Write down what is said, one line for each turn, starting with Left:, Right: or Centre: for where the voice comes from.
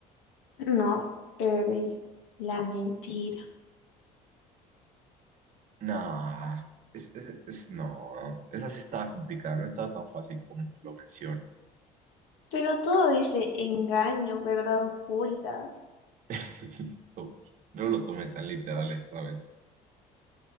Left: No, perdiste. La mentira.
Right: Nah, es, es, es- no, esa sí estaba complicada, no estaba tan fácil como lo mencionas.
Left: Pero todo dice engaño, verdad oculta.
Right: <laughs> Ok, No lo tomé tan literal esta vez.